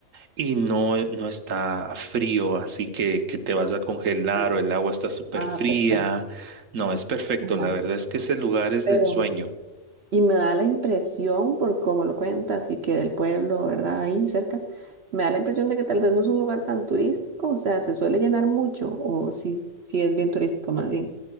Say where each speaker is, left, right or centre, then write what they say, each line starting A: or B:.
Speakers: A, on the right; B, on the right.
A: y no, eh, no está frío, así que, que te vas a congelar
B: súper,
A: o
B: súper.
A: el agua está súper
B: Ah,
A: fría.
B: perfecto.
A: No, es perfecto.
B: Ajá.
A: La verdad es que ese lugar es
B: Pero
A: de ensueño.
B: Y me da la impresión, por cómo lo cuentas, y que del pueblo, ¿verdad? Ahí cerca, me da la impresión de que tal vez no es un lugar tan turístico, o sea, se suele llenar mucho, o si, si es bien turístico más bien.